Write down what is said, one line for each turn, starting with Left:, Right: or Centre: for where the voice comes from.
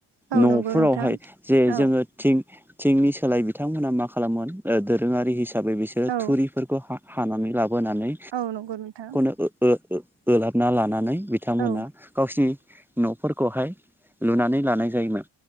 Right: औ
Centre: नफोरावहाय
Right: नंगौ नोंथां
Centre: जे
Right: औ
Centre: जोङो थिं थिंनि सोलाय बिथांमोनहा मा खालामोन ओ दोरोङारि हिसाबै बिसोरो
Right: औ
Centre: थुरिफोरखौ हा हानानै लाबोनानै
Right: औ नंगौ नोंथां
Centre: <unintelligible> लाबोना लानानै बिथांमोना
Right: औ
Centre: गावसिनि न'फोरखौहाय लुनानै लानाय जायोमोन।